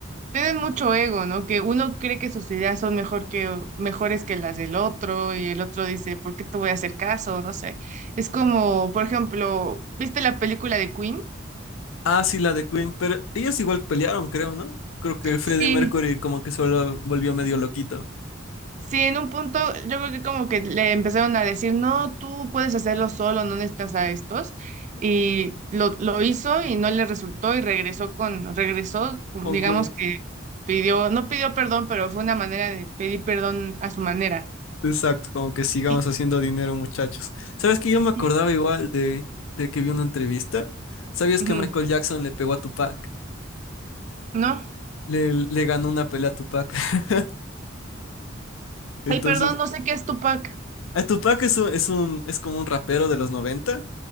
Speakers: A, on the right; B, on the left.
A: Tienen mucho ego, ¿no? Que uno cree que sus ideas son mejor que, mejores que las del otro y el otro dice, ¿por qué te voy a hacer caso? No sé. Es como, por ejemplo, ¿viste la película de Queen?
B: Ah, sí, la de Queen, pero ellos igual pelearon, creo, ¿no? Creo que Freddie
A: Sí,
B: Mercury como que se volvió volvió medio loquito.
A: sí, en un punto yo creo que como que le empezaron a decir, no, tú puedes hacerlo solo, no necesitas a estos. Y lo, lo hizo y no le resultó y regresó con, regresó, mm,
B: Con
A: digamos
B: Queen.
A: que pidió, no pidió perdón, pero fue una manera de pedir perdón a su manera.
B: Exacto, como que sigamos
A: Y-
B: haciendo dinero, muchachos. ¿Sabes que yo me acordaba
A: y-
B: igual de, de que vi una entrevista? ¿Sabías
A: ujú,
B: que Michael Jackson le pegó a Tupac?
A: ¿No?
B: Le, le ganó una pelea a Tupac. <laughs> Entonces,
A: Ay, perdón, no sé qué es Tupac.
B: A Tupac es un, es un, es como un rapero de los noventa